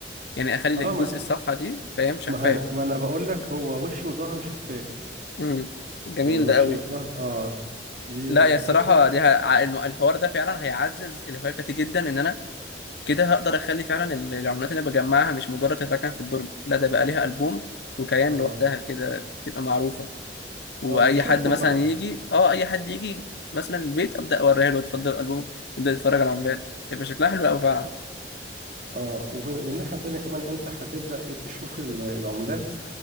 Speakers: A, on the left; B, on the right.
A: يعني أخلي
B: اه
A: جزء
B: ما
A: الصفحة دي فاهم شفاف
B: ما, هن... ما انا بقول لك هو وش وظهر شفاف
A: امم جميل
B: يعني الوش
A: ده قوي
B: والظهر اه دي
A: لا
B: بفرق
A: يا الصراحة دي ه- ع- الم- الحوار ده فعلا هيعزز الهواية بتاعتي جدا إن أنا كده هقدر أخلي فعلا ال- العملات اللي أنا بجمعها مش مجرد تتركن في الدرج لا ده بقى ليها ألبوم وكيان
B: اه
A: لوحدها كده تبقى معروفة واي
B: اه وتشوفهم
A: حد مثلا
B: بقى
A: يجي اه اي حد يجي مثلا البيت ابدا اوريها له اتفضل الالبوم يبدا يتفرج على عملات يبقى شكلها حلو قوي فعلا
B: اه وبن- والناحية التانية كمان انت هتبدأ ايه تشوف ال- العملات